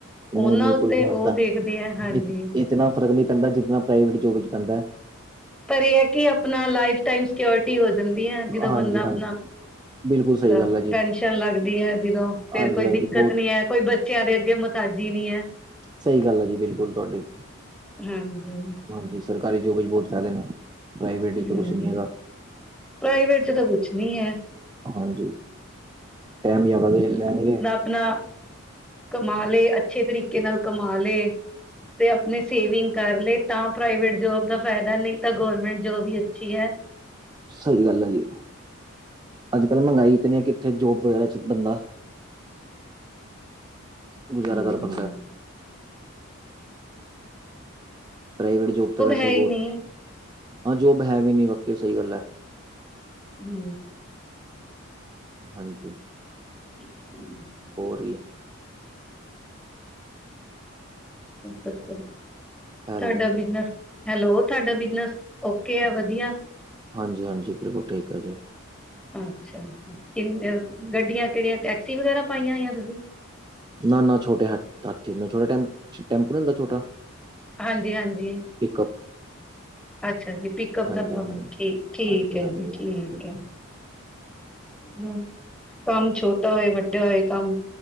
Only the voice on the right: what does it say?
ਨਹੀਂ
ਨਹੀਂ
ਕੋਈ ਨੀ ਹੁੰਦਾ
ਇ ਇਤਨਾ ਫ਼ਰਕ ਨੀ ਪੈਂਦਾ, ਜਿਤਨਾ ਪ੍ਰਾਈਵੇਟ ਜੋਬ ਚ ਪੈਂਦੈ।
ਹਾਂਜੀ
ਹਾਂਜੀ ਬਿਲਕੁਲ ਸਹੀ
ਗੱਲ ਹੈ ਜੀ
ਹਾਂਜੀ
ਹਾਂਜੀ
ਬਹੁਤ
ਸਈ ਗੱਲ ਆ ਜੀ, ਬਿਲਕੁਲ ਤੁਆਡੀ।
ਹਾਂਜੀ, ਸਰਕਾਰੀ ਜੋਬ ਚ ਬੋਤ ਫੈਦੇ ਨੇ। ਪ੍ਰਾਈਵੇਟ ਇੱਚ
ਤਾ ਕੁਛ ਨੀ ਹੈਗਾ।
ਹਾਂਜੀ, ਟੈਮ ਜਾਦਾ ਦੇ ਲੈਨਗੇ।
ਸਈ ਗੱਲ ਆ ਜੀ। ਅੱਜ-ਕੱਲ ਮੰਗਾਈ ਇਤਨੀ ਐ ਕਿੱਥੇ ਜੋਬ ਵਗੈਰਾ ਚ ਬੰਦਾ ਗੁਜ਼ਾਰਾ
ਕਰ ਪਾਂਦੈ। ਪ੍ਰਾਈਵੇਟ ਜੋਬ ਤਾਂ ਵੈਸੇ
ਈ
ਬੋਤ,
ਹਾਂ ਜੋਬ ਹੈ ਵੀ ਨੀ, ਵਾਕਈ ਸਹੀ ਗੱਲ ਐ।
ਹਾਂਜੀ।
ਹੋਰ ਵੀ।
ਹੈਲੋ
ਹਾਂਜੀ-ਹਾਂਜੀ, ਬਿਲਕੁਲ ਠੀਕ ਆ ਜੀ।
ਨਾ- ਨਾ, ਛੋਟੇ ਹ ਹਾਥੀ, ਨਾ ਛੋਟੇ ਟੈਂਪ- ਛੋਟੇ ਟੈਂਪੂ ਨੀ ਹੁੰਦਾ ਛੋਟਾ।
ਪਿਕਅਪ।
ਹਾਂਜੀ
ਹਾਂਜੀ
ਹਾਂਜੀ
ਹਾਂਜੀ
ਹਾਂ